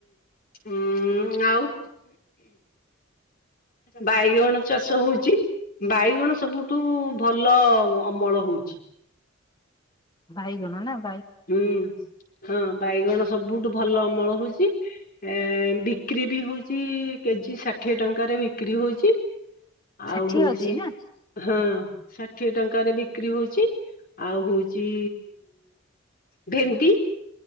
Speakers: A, on the left (about 45°); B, on the left (about 20°).
A: ଉଁ ଆଉ ବାଇଗଣ ଚାଷ ହୋଉଚି। ବାଇଗଣ ସବୁଠୁ ଭଲ ଅମଳ ହୋଉଚି।
B: ଭାଇଗଣ, ନାଁ?
A: ହୁଁ ହଁ ବାଇଗଣ ସବୁଠୁ ଭଲ ଅମଳ ହଉଚି। ଏ ବିକ୍ରି ବି ହଉଚି କେ ଜି ଷାଠିଏ ଟଙ୍କାରେ ବିକ୍ରି ହଉଚି। ଆଉ
B: ଷାଠିଏ
A: ହୋଉଚି
B: ଅଛି ନା
A: ହଁ ଷାଠିଏ ଟଙ୍କାରେ ବିକ୍ରି ହୋଉଚି। ଆଉ ହୋଉଚି ଭେଣ୍ଡି